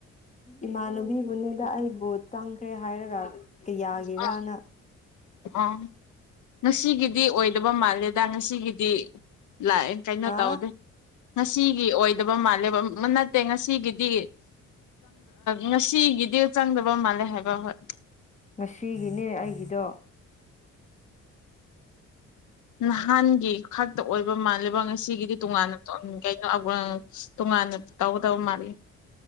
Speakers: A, on the left (about 25°); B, on the left (about 75°).
A: ꯏꯃꯥꯟꯅꯕꯤꯕꯨꯅꯤꯗ ꯑꯩꯕꯨ ꯆꯪꯈ꯭ꯔꯦ ꯍꯥꯏꯔꯒ ꯀꯌꯥꯒꯤꯔꯅ
B: ꯑꯥ ꯑ <inaudible> ꯉꯁꯤꯒꯤꯗꯤ ꯑꯣꯏꯗꯕ ꯃꯥꯜꯂꯦꯗ ꯉꯁꯤꯒꯤꯗꯤ ꯂꯥꯛꯑꯦ ꯀꯩꯅꯣ
A: ꯍꯥ
B: ꯇꯧꯗꯦ ꯉꯁꯤꯒꯤ ꯑꯣꯏꯗꯕ ꯃꯥꯜꯂꯦꯕ ꯑꯃ ꯅꯠꯇꯦ ꯉꯁꯤꯒꯤꯗꯤ ꯉꯁꯤꯒꯤꯗꯤ ꯆꯪꯗꯕ ꯃꯥꯜꯂꯦ ꯍꯥꯏꯕ ꯍꯣꯏ
A: ꯉꯁꯤꯒꯤꯅꯦ ꯑꯩꯒꯤꯗꯣ
B: ꯅꯍꯥꯟꯒꯤ ꯈꯥꯛꯇ ꯑꯣꯏꯕ ꯃꯥꯜꯂꯤꯕꯥ ꯉꯁꯤꯒꯤꯗꯤ ꯇꯣꯉꯥꯟꯅ ꯎꯝ ꯀꯩꯅꯣ <unintelligible> ꯇꯣꯉꯥꯟꯅ ꯇꯧꯒꯗꯧꯕ ꯃꯥꯜꯂꯤ